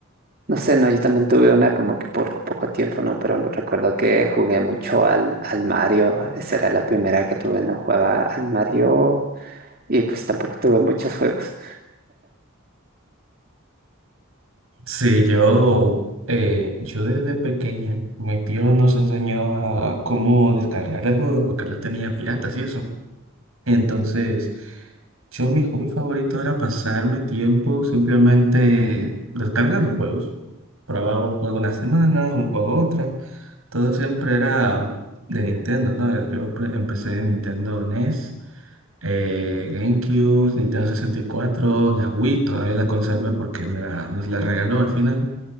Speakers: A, on the right; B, on the right.
A: no sé, no, yo también tuve una como que por poco tiempo, ¿no? Pero me recuerdo que jugué mucho al, al Mario, esa era la primera que tuve, no jugaba al Mario y pues tampoco tuve muchos juegos.
B: Sí, yo, eh, yo desde pequeño, mi tío nos enseñó a cómo descargar el juego porque la tenía piratas y eso. Entonces, yo mi hobby favorito era pasarme tiempo simplemente descargando juegos. Probaba un juego una semana, un juego otra. Todo siempre era de Nintendo, ¿sabes? Yo pre- empecé en Nintendo NES, eh, GameCube, Nintendo 64, la Wii todavía la conservé porque me la- nos la regaló al final.